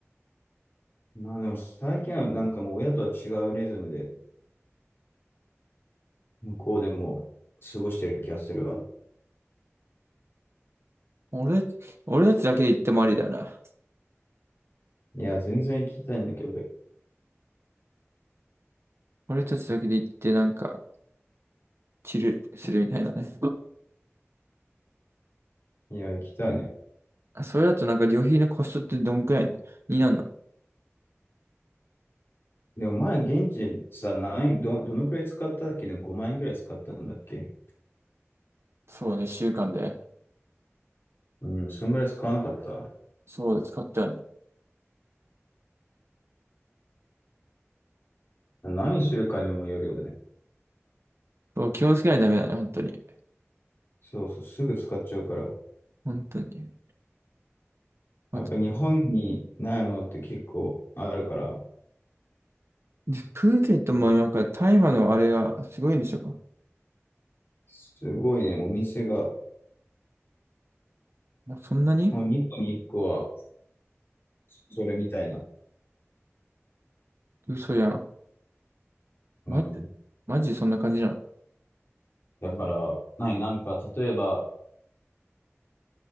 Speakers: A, on the left (about 55°); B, on the right (about 60°).
A: まあでも最近はなんかもう親とは違うリズムで、向こうでも過ごしてる気がするわ。
B: 俺、俺たちだけで行ってもありだよな。
A: いや、全然行きたいんだけど、俺。
B: 俺たちだけで行ってなんか、チルするみたいなね。
A: いや、行きたいね。
B: あそれだとなんか旅費のコストってどんくらいになるの
A: でも前、現地でさ、何、ど、どのくらい使ったっけでも5万円くらい使ったんだっけ
B: そうね、週間で。
A: うん、そんぐらい使わなかった。
B: そうだ、使ったよね。
A: 何するかにもよるよね。
B: そう、気をつけないとダメだね、本当に。
A: そうそう、すぐ使っちゃうから。
B: 本当に。あと、
A: やっぱ日本にないものって結構あるから、
B: でプーケットもなんか大麻のあれがすごいんでしょ
A: すごいね、もう店が、
B: もうそんなに
A: もう2個に1個はそれみたいな。
B: 嘘やん。
A: うん。
B: マジ、マジでそんな感じなの
A: だから、何、なんか、例えば、